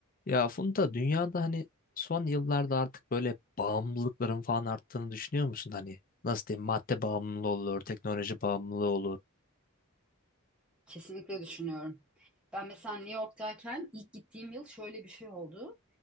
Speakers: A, on the left; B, in the centre.
A: Ya Funda dünyada hani son yıllarda artık böyle bağımlılıkların falan arttığını düşünüyor musun? Hani nasıl diyeyim madde bağımlılığı olur, teknoloji bağımlılığı olur.
B: Kesinlikle düşünüyorum. Ben mesela New York'tayken ilk gittiğim yıl şöyle bir şey oldu.